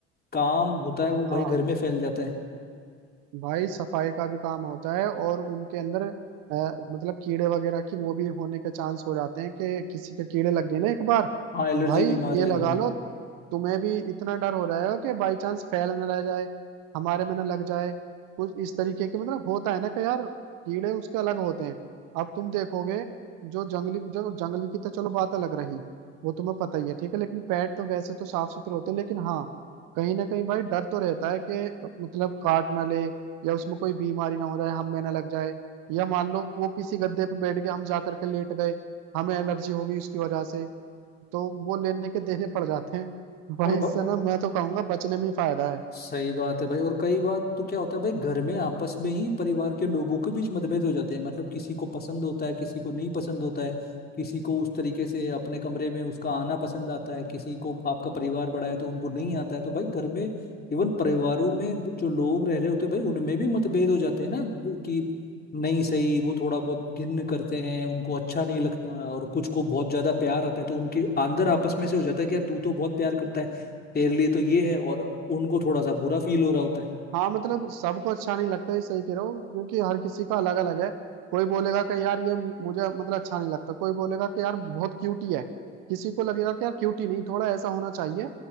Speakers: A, on the left; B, on the right.
A: काम होता है
B: हाँ
A: वो भाई घर में फैल जाता है
B: भाई सफाई का भी काम होता है और उनके अंदर अ, मतलब कीड़े वगैरह की वो भी होने के चांस हो जाते हैं कि किसी के कीड़े लग गए ना एक बार
A: हाँ एलर्जी
B: भाई
A: बीमारियां
B: ये लगा
A: हाँ
B: लो तुम्हें भी इतना डर हो रहा है कि बाई चांस फैल ना रह जाए हमारे में ना लग जाए कुछ इस तरीके के मतलब होता है ना कि यार कीड़े उसके अलग होते हैं अब तुम देखोगे जो जंगली जो जंगली की तो चलो बात अलग रही वो तुम्हें पता ही है ठीक है लेकिन पेट तो वैसे तो साफ सुथरे होते हैं लेकिन हाँ कहीं ना कहीं भाई डर तो रहता है कि मतलब काट ना ले या उसमें कोई बीमारी ना हो जाए हम में ना लग जाए या मान लो वो किसी गद्दे पे बैठ के हम जा करके लेट गए हमें एलर्जी हो गई उसकी वजह से तो वो लेने के देने पड़ जाते हैं भाई
A: और
B: इससे
A: ब-
B: ना मैं तो कहूंगा बचने में ही फायदा है
A: सही बात है भाई और कई बार तो क्या होता है भाई घर में आपस में ही परिवार के लोगों के बीच मतभेद हो जाते हैं मतलब किसी को पसंद होता है किसी को नहीं पसंद होता है किसी को उस तरीके से अपने कमरे में उसका आना पसंद आता है किसी को आपका परिवार बड़ा है तो उनको नहीं आता है तो भाई घर में इवन परिवारों में जो लोग रह रहे होते हैं भाई उनमें भी मतभेद हो जाते हैं ना कि नहीं सही वो थोड़ा बहुत घिन करते हैं उनको अच्छा नहीं लगता और कुछ को बहुत ज्यादा प्यार आता है तो उनके अंदर आपस में से हो जाता है कि यार तू तो बहुत प्यार करता है तेरे लिए तो ये है और उनको थोड़ा सा बुरा फील हो रहा होता है
B: हाँ मतलब सबको अच्छा नहीं लगता ये सही कह रहे हो क्योंकि हर किसी का अलग अलग है कोई बोलेगा कि यार ये मुझे मतलब अच्छा नहीं लगता कोई बोलेगा कि यार बहुत क्यूटी है किसी को लगेगा कि यार क्यूटी नहीं थोड़ा ऐसा होना चाहिए